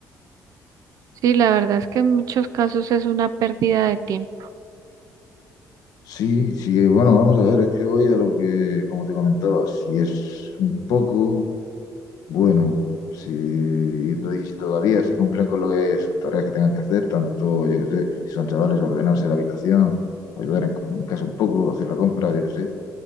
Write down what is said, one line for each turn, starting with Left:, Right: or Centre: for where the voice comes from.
Right: Sí, la verdad es que en muchos casos es una pérdida de tiempo.
Left: Sí, sí, bueno, vamos a ver, es que voy a lo que, como te comentaba, si es un poco, bueno, si, y si todavía, si cumplen con lo que sus tareas que tengan que hacer, tanto, yo que sé, si son chavales, ordenarse la habitación, ayudar en, en casa un poco, hacer la compra, yo que sé,